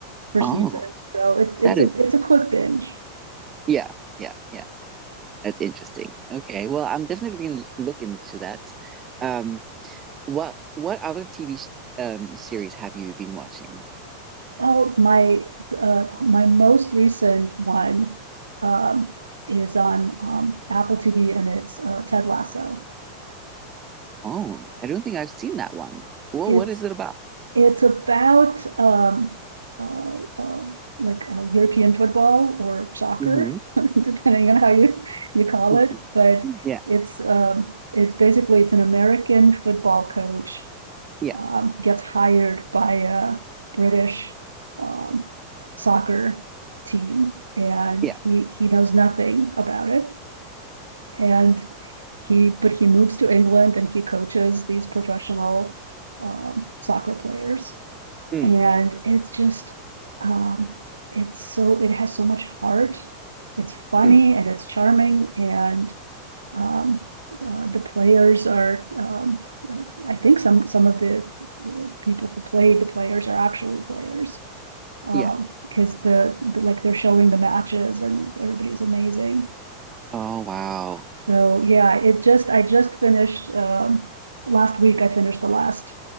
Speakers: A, on the right (about 75°); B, on the right (about 25°).
A: per
B: Oh,
A: season. So it, it's
B: that is.
A: a it's a quick binge.
B: Yeah. Yeah. yeah. That's interesting. Okay, well, I'm definitely gonna look into that. Um, what what other TV s- um series have you been watching?
A: Well, my, uh, my most recent one, um, is on, um, Apple TV and it's, uh, Ted Lasso.
B: Oh, I don't think I've seen that one. Well,
A: It's,
B: what is it about?
A: it's about, um, uh, uh, like uh, European football or soccer,
B: hmm
A: <laughs> depending on how you, you call
B: <laughs>
A: it. But
B: Yeah,
A: it's, um, it's basically, it's an American football coach
B: yeah,
A: um, gets hired by a British um, soccer team, and
B: yeah.
A: he he knows nothing about it. And he, but he moves to England and he coaches these professional um, soccer players,
B: Mm,
A: and it's just um, it's so it has so much heart. It's funny
B: mm,
A: and it's charming and um, uh, the players are, um, I think some, some of the people who play the players are actually players. because
B: yeah.
A: Um, cause the, the, like they're showing the matches and everybody's amazing.
B: Oh wow.
A: So yeah, it just, I just finished, um, last week I finished the last